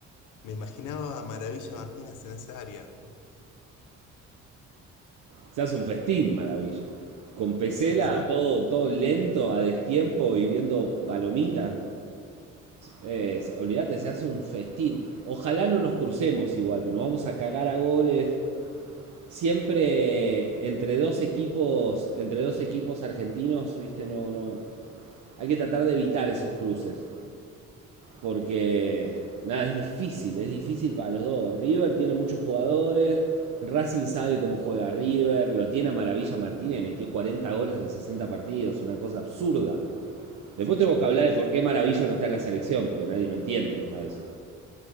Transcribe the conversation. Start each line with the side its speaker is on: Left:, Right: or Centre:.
Left: Me imaginaba a Maravilla Martínez en esa área.
Right: Se hace un festín, maravilla. Con Pesela,
Left: Sí, ¿no?
Right: todo, todo lento, a destiempo y viendo palomitas. Es- olvídate, se hace un festín. Ojalá no nos crucemos igual, pero nos vamos a cagar a goles. Siempre entre dos equipos, entre dos equipos argentinos, viste, no, no. Hay que tratar de evitar esos cruces. porque nada, es difícil, es difícil para los dos. River tiene muchos jugadores, Racing sabe cómo juega River, lo tiene a Maravilla Martínez, metió 40 goles en 60 partidos, una cosa absurda. Después
Left: Sí,
Right: tengo
Left: yo creo
Right: que hablar
Left: que hoy día.
Right: de por qué Maravilla no está en la selección, porque nadie lo entiende a eso.